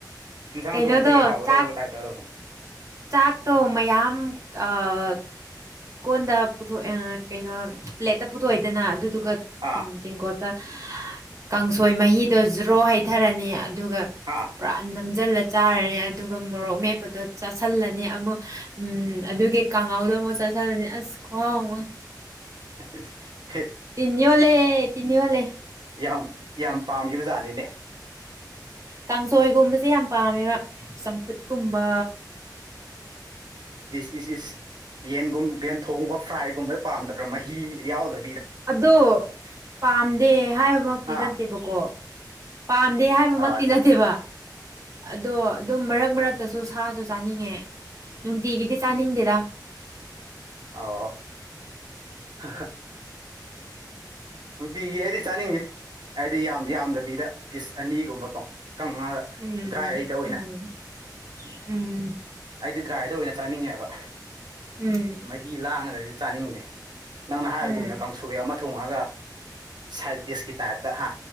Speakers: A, on the right (about 75°); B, on the right (about 45°).
A: ꯏꯟꯁꯥꯡ
B: ꯀꯩꯅꯣꯗꯣ
A: ꯊꯣꯡꯕꯗꯒꯤ ꯍꯥꯎꯒꯗꯕ
B: ꯆꯥꯛ
A: ꯇꯥꯏꯞꯇ ꯇꯧꯋꯤ
B: ꯆꯥꯛꯇꯣ ꯃꯌꯥꯝ ꯑꯥ ꯀꯣꯟꯗ ꯄꯨꯊꯣꯛꯑꯦ ꯀꯩꯅꯣ ꯄ꯭ꯂꯦꯠꯇ ꯄꯨꯊꯣꯛꯑꯦꯗꯅ ꯑꯗꯨꯗꯨꯒ
A: ꯑꯥ
B: ꯇꯦꯡꯀꯣꯠ ꯇ ꯀꯥꯡꯁꯣꯏ ꯃꯍꯤꯗꯣ ꯖ꯭ꯔꯣ ꯍꯩꯊꯔꯅꯤ ꯑꯗꯨꯒ
A: ꯑꯥ
B: ꯄꯨꯔꯥ ꯅꯝ ꯖꯜꯂ ꯆꯥꯔꯅꯤ ꯑꯗꯨꯒ ꯃꯣꯔꯣꯛ ꯃꯦꯞꯄꯗꯣ ꯆꯥꯥꯁꯜꯂꯅꯤ ꯑꯃꯨꯛ ꯎꯝ ꯑꯗꯨꯒꯤ ꯀꯥꯡꯍꯧꯗꯣ ꯑꯃꯨꯛ ꯥꯆꯥꯁꯜꯂꯅꯤ ꯑꯁ ꯈꯨꯍꯥꯎ ꯑꯃ
A: <inaudible>
B: ꯇꯤꯟ ꯌꯣꯠꯂꯦ ꯇꯤꯟ ꯌꯣꯠꯂꯦ
A: ꯌꯥꯝ ꯌꯥꯝ ꯄꯥꯝꯒꯤꯕ ꯖꯥꯠꯅꯤꯅꯦ
B: ꯀꯥꯡꯁꯣꯏꯒꯨꯝꯕꯁꯦ ꯌꯥꯝ ꯄꯥꯝꯃꯦꯕ ꯆꯝꯐꯨꯠꯀꯨꯝꯕ
A: ꯏꯁ ꯏꯁ ꯏꯁ ꯌꯦꯟꯒꯨꯝ ꯌꯦꯟ ꯊꯣꯡꯕ ꯐ꯭ꯔꯥꯏꯒꯨꯝꯕ ꯄꯥꯝꯗꯕ꯭ꯔꯥ ꯃꯍꯤ ꯌꯥꯎꯗ
B: ꯑꯗꯣ ꯄꯥꯝꯗꯦ ꯍꯥꯏꯕꯃꯛꯇꯤ
A: ꯑꯥ
B: ꯅꯠꯇꯦꯕꯀꯣ ꯄꯥꯝꯗꯦ ꯍꯥꯏꯕꯃꯛꯇꯤ
A: ꯑꯥ ꯆ
B: ꯅꯠꯇꯦꯕ ꯑꯗꯣ ꯑꯗꯨꯝ ꯃꯔꯛ ꯃꯔꯛꯇꯁꯨ ꯁꯥꯖꯨ ꯆꯥꯅꯤꯡꯉꯦ ꯅꯨꯡꯇꯤꯒꯤꯗꯤ ꯆꯥꯅꯤꯡꯗꯦꯗ
A: ꯑꯥꯎ ꯑꯣ <unintelligible> ꯅꯨꯡꯇꯤꯒꯤ ꯑꯩꯗꯤ ꯆꯥꯅꯤꯡꯅꯤ ꯑꯩꯗꯤ ꯌꯥꯝ ꯌꯥꯝꯗꯕꯤꯗ ꯄꯤꯁ ꯑꯅꯤꯒꯨꯝꯕ ꯀꯣ ꯀꯪꯉꯒ
B: ꯎꯝ
A: ꯗ꯭ꯔꯥꯏꯗ ꯑꯣꯏꯅ
B: ꯎꯝ ꯎꯝ
A: ꯑꯩꯗꯤ ꯗ꯭ꯔꯥꯏꯗ ꯑꯣꯏꯅ ꯆꯥꯅꯤꯡꯉꯦꯕ
B: ꯎꯝ
A: ꯃꯍꯤ ꯂꯥꯡꯉꯗꯗꯤ ꯆꯥꯅꯤꯡꯗꯦ ꯅꯪꯅ ꯍꯥꯏꯕꯒꯨꯝꯅ
B: ꯎꯝ
A: ꯀꯥꯡꯁꯣꯏ ꯑꯃ ꯊꯣꯡꯔꯒ ꯁꯥꯏꯠ ꯗꯤꯁꯀꯤ ꯇꯥꯏꯞꯇ ꯍꯥ